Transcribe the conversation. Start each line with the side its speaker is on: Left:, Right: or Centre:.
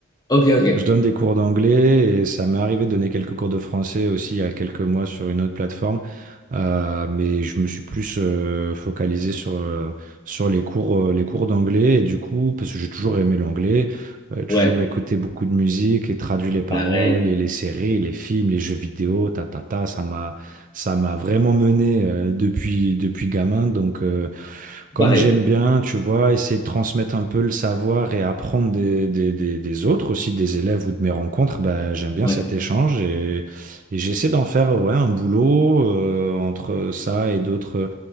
Left: Ok, ok.
Right: Je donne des cours d'anglais et ça m'est arrivé de donner quelques cours de français aussi il y a quelques mois sur une autre plateforme. Euh, mais je me suis plus euh, focalisé sur, euh, sur les cours, euh, les cours d'anglais. Et du coup, parce que j'ai toujours aimé l'anglais, euh, toujours
Left: Ouais.
Right: écouté beaucoup de musique et traduit les paroles
Left: Pareil.
Right: et les séries, les films, les jeux vidéo, ta, ta, ta, ça m'a, ça m'a vraiment mené euh, depuis, depuis gamin. Donc, euh, comme
Left: Pareil.
Right: j'aime bien, tu vois, essayer de transmettre un peu le savoir et apprendre des, des, des, des autres aussi, des élèves ou de mes rencontres, bah, j'aime bien
Left: Ouais.
Right: cet échange et, et j'essaie d'en faire ouais, un boulot euh, entre ça et d'autres